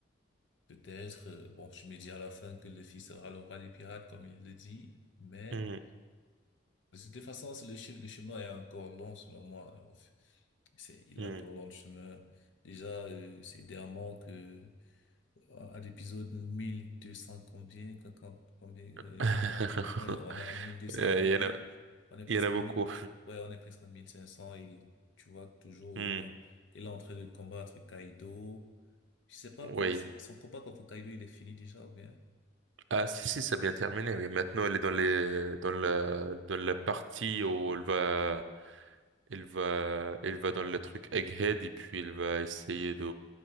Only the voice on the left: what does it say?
peut-être, euh, bon, je me dis à la fin que le fils sera le roi des pirates, comme il le dit, mais
de toute façon, c'est le, che- le chemin est encore long, selon moi. Enfin, C'est, il
est encore long le chemin. Déjà, euh, c'est dernièrement que, à à l'épisode 1200 combien, quand- quand- combien,
euh, Ouais, on est à 1200
combien?
On est presque
à 1000. Ouais, on est presque à 1500 et tu vois que toujours
il est en, il est en train de combattre Kaido. Je sais pas,
euh, c'est- son combat contre Kaido, il est fini déjà ou bien?